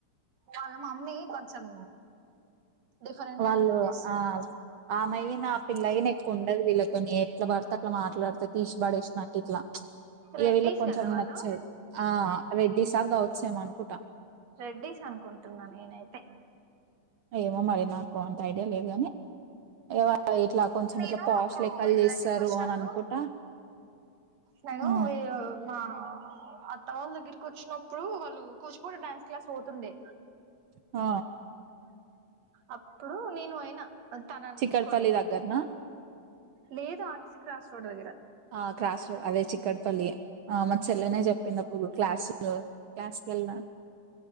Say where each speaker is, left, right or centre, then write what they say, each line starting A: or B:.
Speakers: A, on the right (about 65°); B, on the right (about 80°).
A: వాళ్ళ మమ్మీ కొంచెం డిఫరెంట్
B: వాళ్ళు
A: గా ట్రీట్ చేస్తది
B: ఆ ఆమెయ్య నా పిల్ల గిన ఎక్కువ ఉండదు వీళ్ళతోని ఎట్లా పడితే అట్లా మాట్లాడితే తీసి బడేశ్నట్టిట్ల ఇగ
A: రెడ్డీస్
B: వీళ్ళ కొంచెం
A: కదా వాళ్ళు
B: నచ్చది ఆ రెడ్డిసా గౌడ్స్ ఏమో అన్కుట
A: రెడ్డీస్ అనుకుంటున్నా నేనైతే
B: ఏమో మరి నాకు అంత ఐడియా లేదు గని ఇవ ఇట్లా కొంచెం
A: నేను
B: ఇట్లా పాష్
A: అప్పుడు
B: లెక్కలు
A: వీళ్ళ
B: చేస్తారు
A: దగ్గరికి ఒచ్చినప్పుడు
B: అని అనుకుంటా
A: నేను
B: ఆ
A: మా ఆ అత్త వాళ్ళ దగ్గరకి ఒచ్చినప్పుడు వాళ్ళు కుచిపూడి డ్యాన్స్ క్లాస్ పోతుండే
B: ఆ
A: అప్పుడు నేను అయినా తనని
B: చికడపల్లి
A: తీసుకొని
B: దగ్గర నా
A: లేదు ఆర్టీసీ క్రాస్ రోడ్ దగ్గర
B: ఆ క్రాస్ రోడ్ అదే చిక్కట్పల్లి ఆ మా చెల్లినే చెప్పిందప్పుుడు క్లాస్ లో క్లాస్కిల్నా